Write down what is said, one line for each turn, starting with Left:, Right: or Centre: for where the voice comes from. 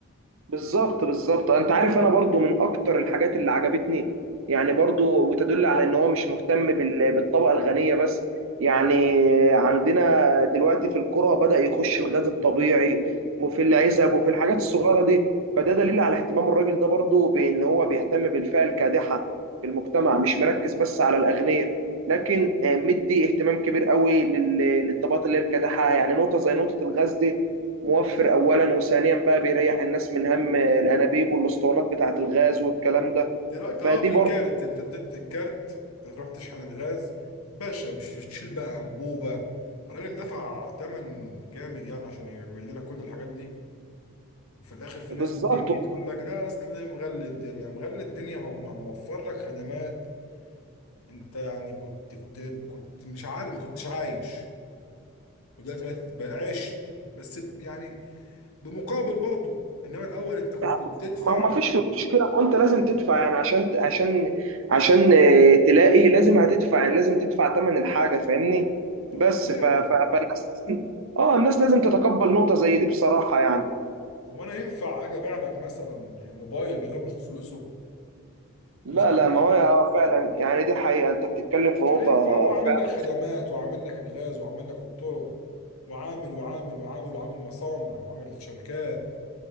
Right: بالظبط بالظبط انت عارف انا برضو من اكتر الحاجات اللي عجبتني يعني برضو وتدل على ان هو مش مهتم بال- بالطبقة الغنية بس يعني عندنا دلوقتي في القرى بدأ يخش الغاز الطبيعي وفي العزب وفي الحاجات الصغيرة دي فده دليل على اهتمام الراجل ده برضو بان هو بيهتم بالفئة الكادحة في المجتمع مش مركز بس على الأغنياء لكن آه، مدي اهتمام كبير قوي لل- للطبقات اللي هي الكادحة يعني نقطة زي نقطة الغاز دي موفر اولا وثانيا بقى بيريح الناس من هم الانابيب والاسطوانات بتاعه الغاز والكلام ده
Left: دلوقتي
Right: فدي
Left: اه بالكارت
Right: برضه
Left: انت بتت الكارت تروح تشحن الغاز باشا مش بتشيل بقى انبوبه الراجل دفع ثمن جامد يعني عشان يعمل لنا كل الحاجات دي وفي الاخر في
Right: بالظبط
Left: ناس بتيجي تقول لك ده اصل مغلي الدنيا مغلي الدنيا هم هم وفر لك خدمات انت يعني كنت كنت كنت مش عارف ما كنتش عايش ودلوقتي بقيت بقى عشت بس ب- يعني بمقابل برضه انما الاول انت كنت
Right: ما
Left: بتدفع
Right: هو ما فيش مشكله ما انت لازم تدفع يعني عشان عشان عشان آه، تلاقي لازم هتدفع يعني لازم تدفع ثمن الحاجه فاهمني
Left: طبيعي
Right: بس ف... ف... فالناس لازم اه الناس لازم تتقبل نقطه زي دي بصراحه يعني
Left: هو انا ينفع اجي ابيع لك مثلا موبايل من غير ما اخد فلوسه
Right: لا
Left: مش هي-
Right: لا
Left: مش
Right: ما هو آه، فعلا يعني دي حقيقه انت بتتكلم في
Left: مش
Right: نقطه
Left: هينفع هو عامل
Right: فعلا
Left: لك خدمات وعامل لك الغاز وعامل لك الطرق وعامل وعامل وعامل وعامل مصانع وعامل شركات